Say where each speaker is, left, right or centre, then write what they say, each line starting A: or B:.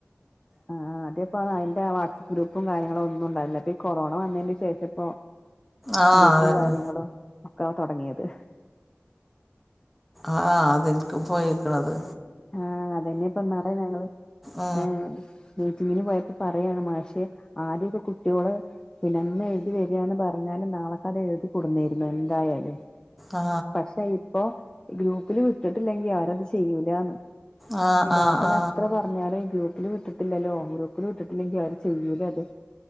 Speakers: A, on the left; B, in the centre.
A: ആഹ് അതപ്പ അയിന്റെ വാട്സആപ്പ് ഗ്രൂപ്പും കാര്യങ്ങളും ഒന്നും ഉണ്ടായിരുന്നില്ല അപ്പൊ കൊറോണ വന്നതിന് ശേഷം ഇപ്പ
B: ആ
A: ഗ്രൂപ്പും
B: അത് തന്നെ
A: കാര്യങ്ങളും ഒക്കെ തുടങ്ങിയത്
B: ആഹ് അതിൽക്ക് പോയിക്കണത്
A: ആഹ് അതെന്നെപ്പന്നാളെ ഞങ്ങള്
B: ആ
A: ഏ മീറ്റിങ്ങിന് പോയപ്പോ പറയാണ് മാഷെ ആദ്യ ഇപ്പോ കുട്ടിയോള് പിന്നെ അന്ന് എഴുതി വരന്ന പറഞ്ഞാലും നാളക്ക് അത് എഴുതി കൊടുന്നേരുന്നു എന്തായാലും
B: ആ
A: പക്ഷെ ഇപ്പോ ഗ്രൂപ്പില് വിട്ടിട്ടില്ലെങ്കി ആരുത് ചെയ്യൂലാന്ന്
B: ആ
A: ക്ലാസ്സ്
B: ആ ആ
A: ന്ന് എത്ര പറ പറഞ്ഞാല് ഗ്രൂപ്പില് വിട്ടിട്ടില്ലല്ലോ ഗ്രൂപ്പില് വിട്ടിട്ടില്ലെങ്കി ആര് ചെയ്യൂല അത്